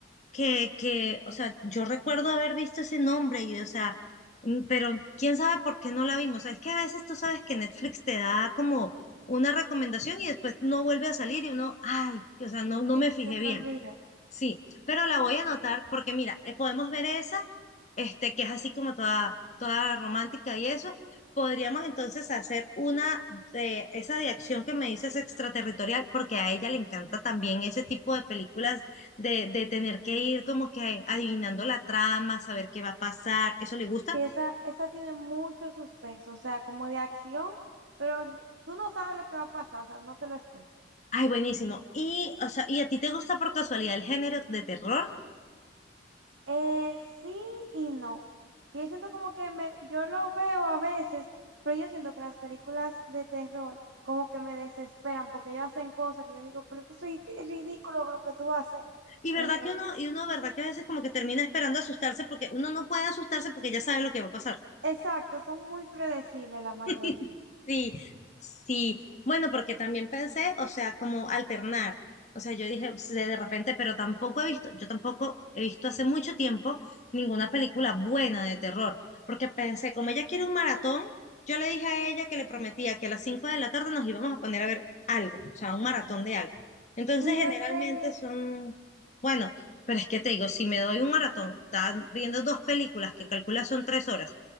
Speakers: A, on the left (about 40°); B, on the right (about 80°).
A: que, que, o sea, yo recuerdo haber visto ese nombre y, o sea, mm, pero quién sabe por qué no la vimos, o sea, es que a veces tú sabes que Netflix te da como una recomendación y después no vuelve a salir y uno, ay, o sea, no, no
B: Sí,
A: me fijé
B: se
A: bien.
B: le olvida.
A: Sí, pero la voy a anotar porque mira, eh, podemos ver esa, este, que es así como toda, toda romántica y eso. Podríamos entonces hacer una de esa de acción que me dices extraterritorial, porque a ella le encanta también ese tipo de películas de, de tener que ir como que adivinando la trama, saber qué va a pasar, eso le gusta.
B: Sí, esa, esa tiene mucho suspenso, o sea, como de acción, pero ni- tú no sabes lo que va a pasar, o sea, no te lo espero.
A: Ay, buenísimo. Y, o sea, ¿y a ti te gusta por casualidad el género de terror?
B: Eh, sí y no. Que yo siento como que me, yo lo veo a veces, pero yo siento que las películas de terror como que me desesperan porque ellos hacen cosas que yo digo, pero que soy ridículo lo que tú haces.
A: Y verdad
B: Ent-
A: que uno, y uno, verdad que a veces como que termina esperando asustarse porque uno no puede asustarse porque ya sabe lo que va a pasar.
B: exacto, son muy predecibles la mayoría.
A: <laughs> Sí, sí. Bueno, porque también pensé, o sea, como alternar. O sea, yo dije, se- de repente, pero tampoco he visto, yo tampoco he visto hace mucho tiempo ninguna película buena de terror. Porque pensé, como ella quiere un maratón, yo le dije a ella que le prometía que a las 5 de la tarde nos íbamos a poner a ver algo, o sea, un maratón de algo. Entonces,
B: Y
A: generalmente
B: de series,
A: son, bueno, pero es que te digo, si me doy un maratón, estás viendo dos películas que calcula son tres horas